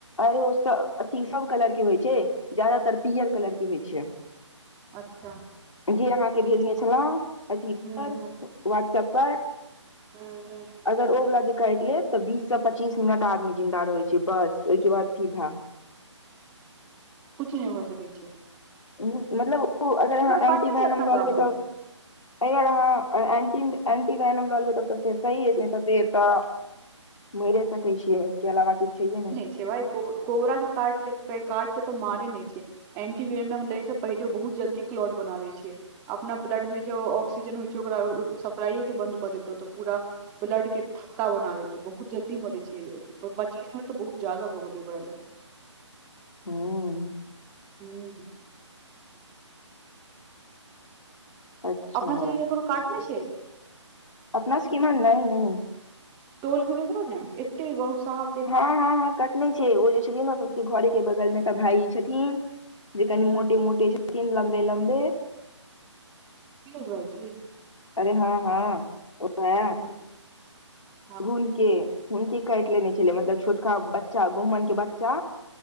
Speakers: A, on the left; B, on the right.
A: अरे ओ स-सब अथी सब कलर के होइ छैय ज्यादातर पीयर कलर के होइ छैय।
B: अच्छा।
A: जे अहाँके भेजने छलहुँ अथीपर,
B: हूँ हूँ
A: वहाट्सप पर
B: <inaudible>
A: अगर ओ वला जे काइट लेत तऽ बीस से पच्चीस मिनट आदमी जिन्दा रहै छैय बस ओयके बाद सीधा
B: कुछ नइ भऽ सकै छैय।
A: उहुं- मतलब अगर अहाँ
B: काटने
A: एंटीवायनम
B: छै अपना
A: लऽ
B: गाम
A: लेबय
B: मे
A: तऽ एहि आर अहाँ अए एंटी एंटी वायनम लऽ लेबय तब तऽ फेर सही अइछ नइ तऽ फेर तऽ मैइरे सकै छीयै एत् के अलावा किछ छैये नइ।
B: छय् भाय कोब- कोबरा के काट के-काट के तऽ मारे नय छैय। एंटीवियेनम लैय सभ पहिले ओ बहुत जल्दी क्लॉट बना दैय छैैय। अपना ब्लडमे जो ओ-ऑक्सीजन होइ छैय ओकरा ओ-सपलाइएके बन्द कऽ देत ओतऽ पूरा। ब्लड के थऽक्का बना देत ओ बहुत- जल्दी मरै छैय प-पच्चीस मिनट तऽ बहुत जादा भ गेलैय ओकरा लय्-
A: हं-
B: हुं-हुं-
A: अच्छा
B: अपना सबके ककरो काटने छैय?
A: अपना सबके इम्हर, नै- नै-
B: टोल मे ककरो नै? एत्ते गांव शाहस-
A: हं -हं- हं-कटने छैय ओ जे छथिन अप- सबके घरे के बगलमे एकटा भायजी छथिन जे कने मोटे -मोटे छथिन लम्बे- लम्बे
B: पीयुष भाई जी?
A: अरे हं -हं ओहे
B: <inaudible>
A: हुनके, हुनके काइट लेने छलैय मतलब छोटका बच्चा गहुमन के बच्चा